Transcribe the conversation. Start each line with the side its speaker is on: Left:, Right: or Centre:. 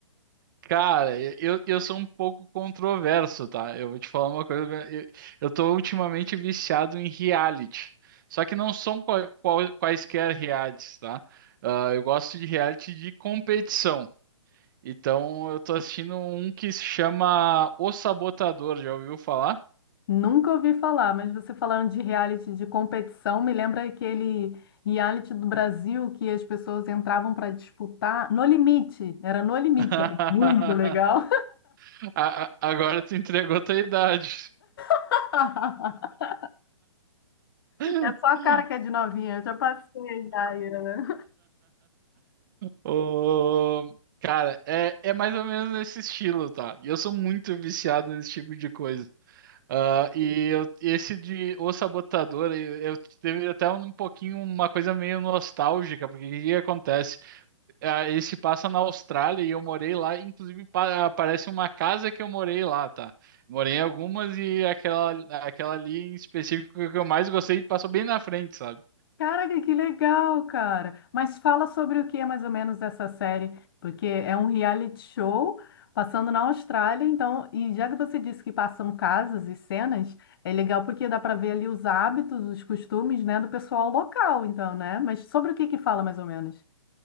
Right: Cara, eu, eu sou um pouco controverso, tá? Eu vou te falar uma coisa. Eu, eu tô ultimamente viciado em reality. Só que não são qual- qual- quaisquer realities, tá? Ah, eu gosto de reality de competição. Então, eu tô assistindo um que se chama O Sabotador. Já ouviu falar?
Left: Nunca ouvi falar, mas você falando de reality de competição, me lembra aquele reality do Brasil que as pessoas entravam para disputar No Limite. Era No Limite,
Right: <laughs>
Left: era muito legal.
Right: A- a- agora tu entregou tua idade.
Left: <laughs>
Right: <laughs>
Left: É só a cara que é de novinha, eu já passei já. Iana.
Right: O... Cara, é, é mais ou menos nesse estilo, tá? E eu sou muito viciado nesse tipo de coisa. Ah, e eu- esse de O Sabotador, eu, eu teve até um, pouquinho uma coisa meio nostálgica, porque o que que acontece? ah, ele se passa na Austrália e eu morei lá, inclusive pa- aparece uma casa que eu morei lá, tá? Morei em algumas e aquela, aquela ali em específico que eu mais gostei passou bem na frente, sabe?
Left: Caraca, que legal, cara. Mas fala sobre o que é mais ou menos essa série, porque é um reality show passando na Austrália, então, e já que você disse que passam casas e cenas, é legal porque dá para ver ali os hábitos, os costumes, né, do pessoal local, então, né? Mas sobre o que que fala mais ou menos?